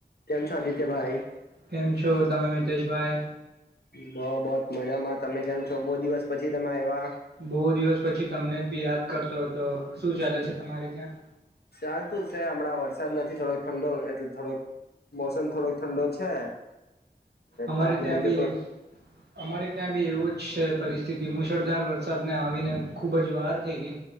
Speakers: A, on the left; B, on the right.
A: કેમ છો આદિત્યભાઈ?
B: કેમ છો તમે મિતેશભાઈ?
A: બહ બહ મજામાં. તમે કેમ છો? બહુ દિવસ પછી તમે આયવા.
B: બહુ દિવસ પછી તમને જ બી યાદ કરતો હતો. શું ચાલે છે તમારી ત્યાં?
A: ચાલતું છે હમણાં વરસાદ નથી થોડોક ઠંડો એટલે થોડોક મોસમ થોડોક ઠંડો છે
B: અમારે
A: બાકી
B: ત્યાં
A: બજે
B: બી એ અમારે ત્યાં બી એવું જ છે પરિસ્થિતિ મુશળધાર વરસાદ આવીને ખૂબ જ વાર થઈ ગઈ.